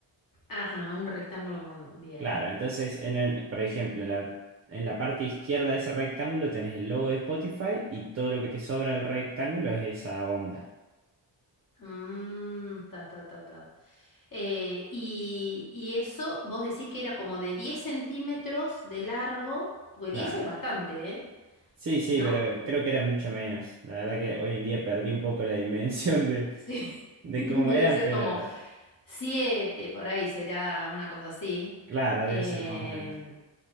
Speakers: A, on the left; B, on the right.
A: Ajá, un rectángulo con... Bien.
B: Claro, entonces, en el- por ejemplo, en la, en la parte izquierda de ese rectángulo tenés el logo de Spotify y todo lo que te sobra del rectángulo es esa onda.
A: Mm, ta, ta, ta, ta. Eh, y, y eso, vos decís que era como de 10 centímetros de largo, porque
B: Claro.
A: 10 es bastante, ¿eh?
B: Sí, sí,
A: ¿No?
B: pero creo que era mucho menos. La verdad que hoy en día perdí un poco la dimensión de,
A: Sí.
B: de
A: <laughs> Debe
B: cómo eran,
A: ser
B: pero
A: como 7 por ahí será una cosa así.
B: claro,
A: Em,
B: debe ser más o menos.